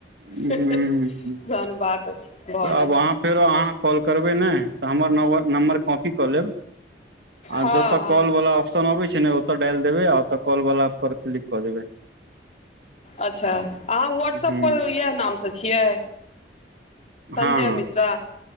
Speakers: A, on the right; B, on the left.
A: हूँ
B: तहन
A: हूँ।
B: बात भऽ
A: तऽ
B: गेल
A: आब अहाँ
B: छल
A: फेरो अहाँ कॉल करबै ने तऽ हमर नम्बर नम्बर कॉपी कऽ लेब आ
B: हँ
A: जतऽ
B: हँ
A: कॉल वाला आप्स न अबे छै ने ओत डालि देबे आ ओ कल वाला पर क्लिक कऽ देबे
B: अच्छा अहाँ व्हाट्सअप
A: हूँ
B: पर इएह नाम सँ छियै संजय
A: हँ हँ
B: मिश्रा